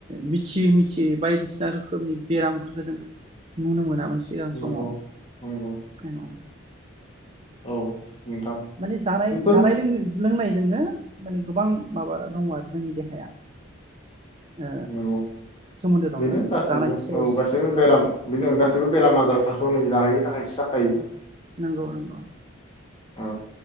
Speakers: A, on the right; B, on the left.
A: बिथ थियै मिथियै बायदिसिना रोखोमनि बेरामफोरखो जों नुनो मोनामोन। सिगां समाव
B: नंगौ
A: औ।
B: नंगौ
A: <inaudible>
B: औ नोंथां
A: माने जानाय
B: बेफोरनो
A: जानाय लों-लोंनाय जोंना माने गोबां माबा दङ आरो जोंनि देहाया। ओ
B: औ
A: सोमोन्दो दङ
B: बेनो गासैबो
A: जानायनि सायावसो
B: औ गासैबो बेराम बेनो गासैबो बेराम आजारफ्राथ' नै जानायनि थाखायसो जाखायोना।
A: नोंगौ नोंगौ
B: औ